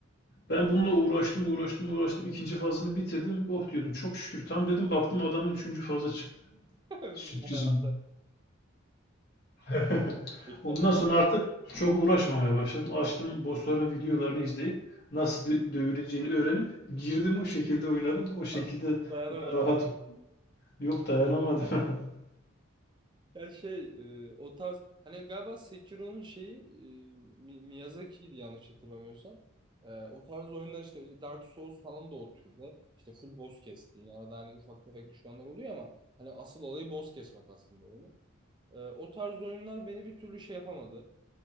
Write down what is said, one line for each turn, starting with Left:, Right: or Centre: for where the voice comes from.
Left: Ben bununla uğraştım uğraştım uğraştım. İkinci fazını bitirdim. Oh diyordum çok şükür. Tam dedim baktım adamın üçüncü fazı çıktı.
Right: Bir
Left: Sürpriz
Right: daha
Left: oldu. <laughs>
Right: Beklenmedim.
Left: Ondan sonra artık çok uğraşmamaya başladım. Açtım bossların videolarını izleyip nasıl dö- dövüleceğini öğrenip girdim o şekilde oynadım. O şekilde
Right: Artık dayanamadım.
Left: daha rahat Yok dayanamadım. <laughs>
Right: Ya şey e, o tarz hani galiba Sekiro'nun şeyi e, Mi- Miyazaki'ydi yanlış hatırlamıyorsam. E, o tarz oyunlar işte, işte Dark Souls falan da o türde. İşte full boss kestiğin arada hani ufak tefek düşmanlar oluyor ama hani asıl olayı boss kesmek aslında oyunu. E, o tarz oyunlar beni bir türlü şey yapamadı.